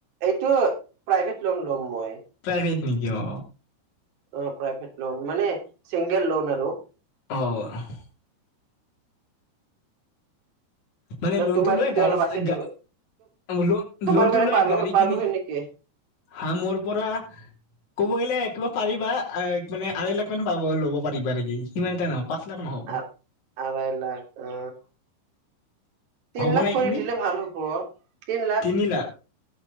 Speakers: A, on the right (about 60°); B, on the left (about 45°).
A: এইটো প্ৰাইভেট লোণ ল'ম মই।
B: প্ৰাইভেট নেকি অ
A: অ'প্ৰাইভেট লোণ মানে চিংগল লোণ আৰু
B: <unintelligible> মানে লোণটো
A: তোমাৰ
B: লৈ
A: যদি
B: গাড়ী
A: অলপ
B: <unintelligible>
A: আছে দিব। তোমাৰ
B: লোণটো
A: পৰা
B: লৈ
A: পালো
B: গাড়ী
A: পালো
B: কিনি
A: হয় নেকি?
B: হা মোৰ পৰা ক'ব গ'লে কিবা পাৰিবা মানে আঢ়ে লাখ মান পাব ল'ব পাৰিবা নেকি সিমান এটা নহ পাঁচ লাখ নহ'ব।
A: আ-আঢ়াই লাখ অ'। তিন
B: হ'ব
A: লাখ
B: না এইখিনি
A: কৰি দিলে ভাল হ'ব তিন লাক
B: তিনি লাখ